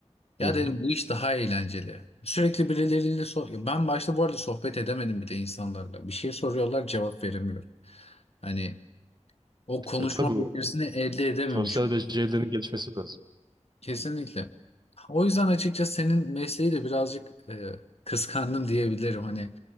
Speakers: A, on the left (about 55°); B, on the right (about 35°).
A: ya
B: Hı hı.
A: dedim bu iş daha eğlenceli. Sürekli birileriyle so ya ben başta bu arada sohbet edemedim bile insanlarla. Bir şey soruyorlar cevap veremiyorum. Hani o konuşma
B: E tabii
A: becerisini elde edememiş
B: sosyal
A: oldum.
B: becerilerin gelişmesi lazım.
A: Kesinlikle. O yüzden açıkçası senin mesleği de birazcık e, kıskandım diyebilirim. Hani